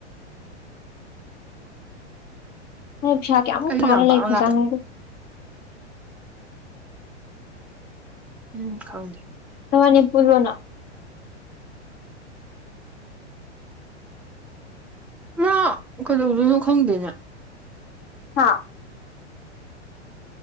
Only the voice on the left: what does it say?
ꯅ ꯄꯩꯁꯥ ꯀꯌꯥꯃꯨꯛ
ꯇꯥꯅ
ꯂꯩꯈ꯭ꯔꯖꯥꯅ
ꯍꯥꯏꯗꯣ
ꯁꯅꯤ ꯄꯨꯔꯣꯅ
ꯍꯥꯥ